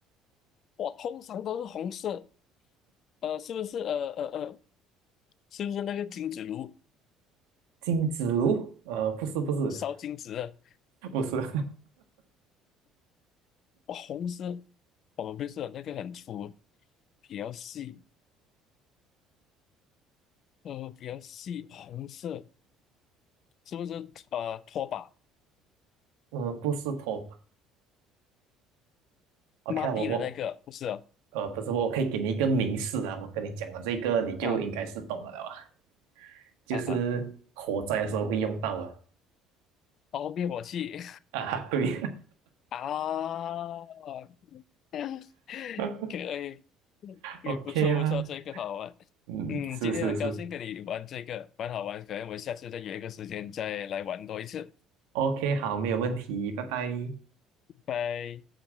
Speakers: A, on the left; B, on the right.
A: 我通常都是红色，呃，是不是？呃呃呃，是不是那个金子炉
B: 金子炉？呃，不是不是，
A: 烧金子的？
B: 不是，
A: 哇，红色，我们不是有那个很粗，比较细，呃，比较细，红色是不是？呃，拖把
B: <laughs> 呃，不是头。OK
A: 抹地的那个不是哦
B: 啊我我呃，不是，我可以给你一个明示啊，我跟你讲了这个，你就应该是懂了的吧？
A: 啊？
B: 就是火灾的时候会用到的
A: 啊啊哈，哦，灭火器
B: 啊，对
A: <laughs> 啊！<laughs>
B: <laughs>
A: 可以，也不错不错，
B: ，OK 啦，
A: 这个好玩。
B: 嗯，
A: 嗯，
B: 是是是
A: 今天很高兴跟你玩这个，蛮好玩。可能我们下次再约一个时间再来玩多一次。
B: ，OK，好，没有问题，拜拜。
A: 拜。